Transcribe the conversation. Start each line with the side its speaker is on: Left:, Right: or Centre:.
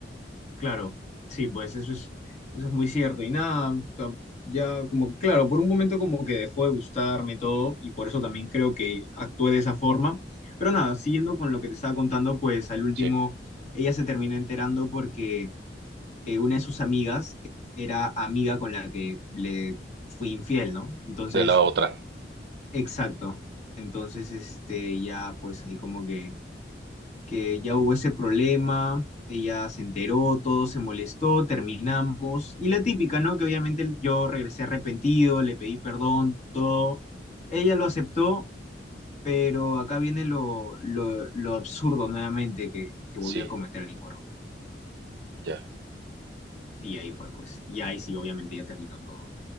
Left: claro, sí, pues eso es, eso es muy cierto. Y nada, o sea, ya como que, claro, por un momento como que dejó de gustarme todo, y por eso también creo que actué de esa forma. Pero nada, siguiendo con lo que te estaba contando, pues al último
Right: Sí.
Left: ella se terminó enterando porque eh, una de sus amigas era amiga con la que le fui infiel, ¿no? Entonces,
Right: De la otra,
Left: exacto. Entonces, este, ya pues ahí como que, que ya hubo ese problema, ella se enteró, todo se molestó, terminamos. Y la típica, ¿no? Que obviamente yo regresé arrepentido, le pedí perdón, todo. Ella lo aceptó, pero acá viene lo, lo, lo absurdo nuevamente que, que volvió
Right: sí,
Left: a cometer el mismo error.
Right: ya.
Left: Y ahí fue, pues. Y ahí sí, obviamente ya terminó todo,